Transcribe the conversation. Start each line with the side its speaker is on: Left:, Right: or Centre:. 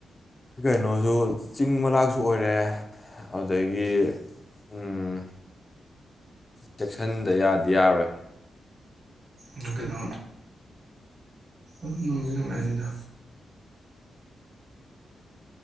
Left: ꯀꯩꯅꯣꯁꯨ ꯆꯤꯡ ꯃꯅꯥꯛꯁꯨ ꯑꯣꯏꯔꯦ ꯑꯗꯨꯗꯒꯤ ꯎꯝ ꯆꯦꯛꯁꯤꯟꯗ ꯌꯥꯗꯤ ꯌꯥꯔꯣꯏ
Right: ꯎꯝ ꯀꯩꯅꯣ ꯣꯡꯉꯗ